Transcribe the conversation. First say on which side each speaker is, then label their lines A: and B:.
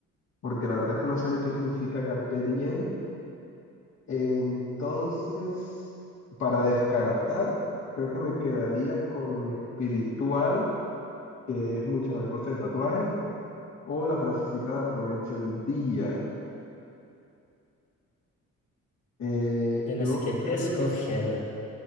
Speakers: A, on the left (about 65°); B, on the left (about 80°).
A: porque la verdad es que no sé ni qué significa carpe diem. Entonces, para descartar, creo que me quedaría con espiritual, que es mucha la cosa de tatuajes, o la frasecita de aprovecha el día. Eh,
B: Tienes
A: yo
B: que
A: creo,
B: escoger.